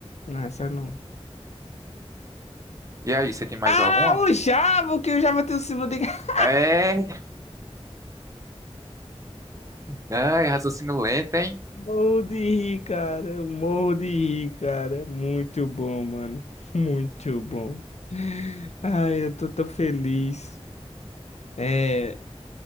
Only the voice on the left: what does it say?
Não, essa não.
Ah,
o Jabo, que o Java tem o símbolo de... <laughs>
Morro de rir, cara. Eu morro de rir, cara. É Muito bom, mano. Muito bom. Ai, eu tô tão feliz. É,